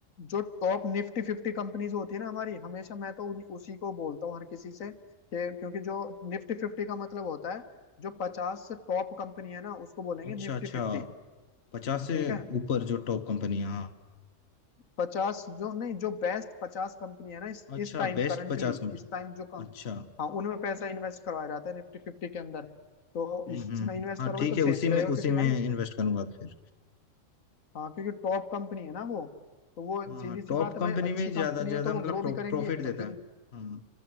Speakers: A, on the left; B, on the left.
A: जो टॉप निफ्टी फिफ्टी कंपनीज होती है ना हमारी हमेशा मैं तो उन्हीं- उसी को बोलता हूँ हर किसी से कि क्योंकि जो निफ्टी फिफ्टी का मतलब होता है जो पचास से टॉप कंपनी है ना उसको बोलेंगे
B: अच्छा
A: निफ्टी
B: अच्छा
A: फिफ्टी
B: पचास से
A: ठीक है
B: ऊपर जो टॉप कंपनी हाँ
A: पचास जो नहीं जो बेस्ट पचास कंपनी है ना इस
B: अच्छा
A: इस टाइम
B: बेस्ट
A: करंटली
B: पचास कंपनी
A: इस टाइम जो कम
B: अच्छा
A: हाँ उनमें पैसा इन्वेस्ट करवाया जाता है निफ्टी फिफ्टी के अंदर तो
B: हम्म
A: इसमें
B: हम्म हम्म।
A: इन्वेस्ट
B: हाँ
A: करोगे
B: ठीक
A: तो सेफ
B: है उसी
A: भी
B: में
A: रहेगा क्योंकि
B: उसी में
A: भाई
B: इन्वेस्ट करूंगा फिर
A: हाँ क्योंकि टॉप कंपनी है ना वो तो वो
B: हाँ
A: सीधी
B: हाँ
A: सी
B: टॉप
A: बात है
B: कंपनी
A: भाई अच्छी
B: में
A: कंपनी
B: ज्यादा ज्यादा
A: है तो
B: मतलब
A: वो ग्रो
B: प्रो,
A: भी करेंगी
B: प्रॉफिट
A: तो
B: देता
A: ग्रो-
B: है हाँ